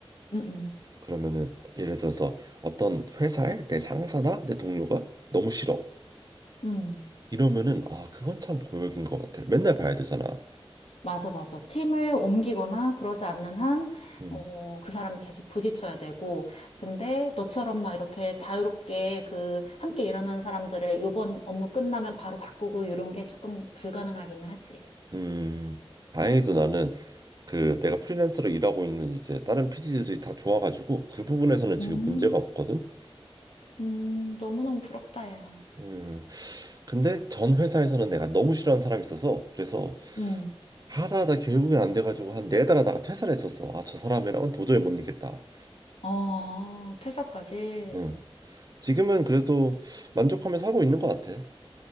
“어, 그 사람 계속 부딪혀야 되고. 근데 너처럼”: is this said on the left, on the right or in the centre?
Left